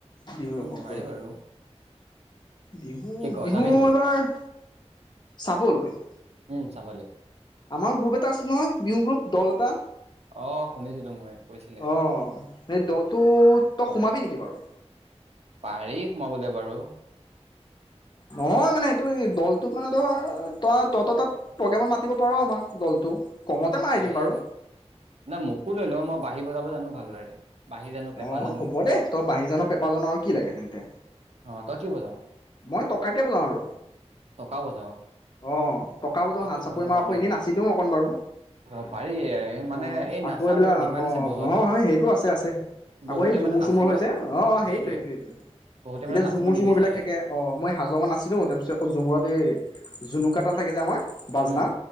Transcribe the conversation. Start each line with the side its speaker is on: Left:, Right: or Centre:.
Left: বিহু
Right: উম
Left: এখন
Right: পাৰি
Left: কৰিব
Right: বাৰু।
Left: বিহু
Right: কি ক
Left: বিহু
Right: যাবি নেকি
Left: এইবাৰ চাবলৈ
Right: উম চাবলৈ?
Left: আমাৰ গ্ৰুপ এটা আছিল নহয় বিহু গ্ৰুপ দল এটা?
Right: অ শুনিছিলো মই কৈছিলে
Left: অ' সেই দলটো তই সোমাবি নেকি? কি বাৰু?
Right: পাৰি সোমাবলৈ বাৰু।
Left: নহয় মানে এইটো দলটোক মানে ধৰ তই তত তাত প্ৰগ্ৰেমত মাতিব পাৰ আমাক দলটো। কমতে মাৰি
Right: পাৰি
Left: দিম বাৰু
Right: না মোকো লৈ ল মই বাঢ়ি বজাব জানো। ভালদৰে বাঁহী জানো পেঁপা
Left: অহ
Right: জানো
Left: হ'ব দে, তই বাহী জান', পেপা জান', আৰু কি লাগে তেন্তে।
Right: অ তই কি বজাৱ
Left: মই টকাকে বজাও আৰু,
Right: টকা বজাৱ
Left: অ', টকা
Right: টকাটো
Left: বজাও, হাত চাপৰি
Right: ভাল
Left: মাৰো
Right: বাৰু
Left: আকৌ
Right: দেই
Left: এনেই নাচি দিওঁ অকণ বাৰু।
Right: অ', পাৰি, মানে
Left: অ
Right: এই
Left: আকৌ
Right: নাচাবোৰৰ
Left: এইবিলাক
Right: ডিমাণ্ড
Left: অ
Right: আছে বজোৱাত
Left: অ', হয় সেইটো আছে আছে।
Right: বহুতে
Left: আকৌ এই ঝমুৰ
Right: মানে নাচিব
Left: চুমুৰ হয় যে, অ', অ',
Right: সেইটোৱে
Left: সেইটো সেইটো সেইটো,
Right: বহুতে মানে
Left: এতিয়া
Right: নাচিব
Left: ঝমুৰ
Right: নিবিচাৰে
Left: চুমুৰ বিলাক থাকে অ', মই হাজঙত নাছিলো তাৰপিছত আকৌ ঝমুৰত এই জুনুকা তাল থাকে যা আমাৰ বাজনা,
Right: উম